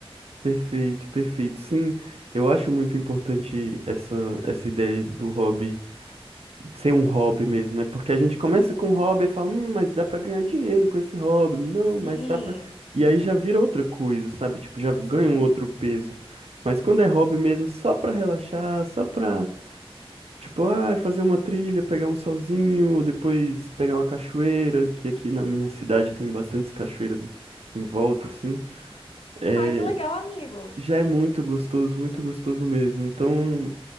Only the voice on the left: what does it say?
Uhum.
Sim,
sim.
Ai, que legal, amigo.